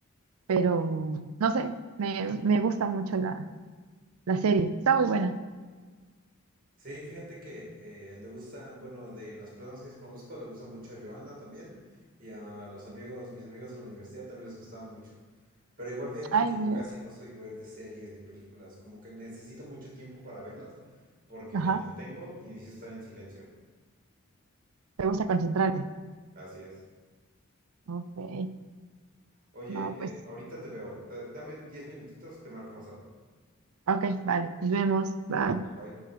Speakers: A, on the right (about 85°); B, on the right (about 40°).
A: pero no sé, me, me gusta mucho la, la serie. Está muy buena.
B: Sí, fíjate que eh, le gusta, bueno, de las personas que conozco, le gusta mucho a Joana también y a los amigos, mis amigos de la universidad también les gustaba mucho. Pero igual fíjate
A: Ah,
B: que
A: ¿en
B: yo
A: serio?
B: casi no soy ver de series ni películas, como que necesito mucho tiempo para verlas porque
A: Ajá,
B: me entretengo y necesito estar en silencio.
A: te gusta concentrarte.
B: Así es.
A: Ok,
B: Oye,
A: no,
B: eh,
A: pues,
B: ahorita te veo. Da- dame 10 minutitos, te marco más tarde.
A: ok, vale, nos vemos, bye.
B: Bye.